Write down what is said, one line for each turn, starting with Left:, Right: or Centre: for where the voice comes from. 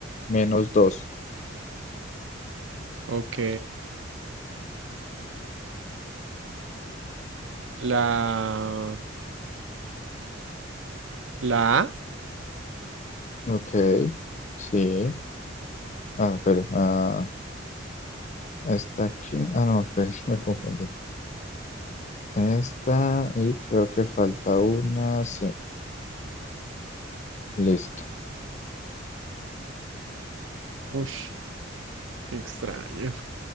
Left: menos dos.
Right: Ok. La, la A.
Left: Ok, sí. Ah, pero, ah, está aquí. Ah, no, espere, <laughs> me confundí. Esta, y creo que falta una, sí. Listo.
Right: Ush, extraño.